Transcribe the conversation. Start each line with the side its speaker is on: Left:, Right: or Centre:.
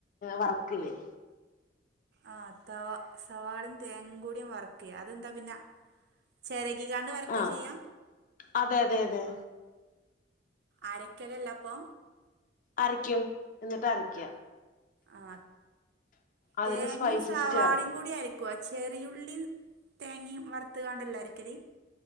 Left: വർക്കല്ലേ
Right: ആ തവാ സവാളേംതേങ്ങ കൂടിം വർക്കേ അതെന്താ പിന്നെ അ ചേരകികാണ്ട് വർക്ക
Left: ആഹ്
Right: ചെയ്യാ
Left: അതെ അതെ അതെ
Right: അരക്കലല്ല പ്പൊ
Left: അരയ്ക്കും എന്നിട്ട് അരക്ക
Right: ആ
Left: അതില്
Right: തേങ്ങേംസവാളേയും
Left: സ്പൈസസ് ചേർക്കും
Right: കൂടി അര ക്കൊചെറിയുള്ളിം തേങ്ങീം വറുത്ത്ക്കാണ്ടല്ലെ അരക്കല്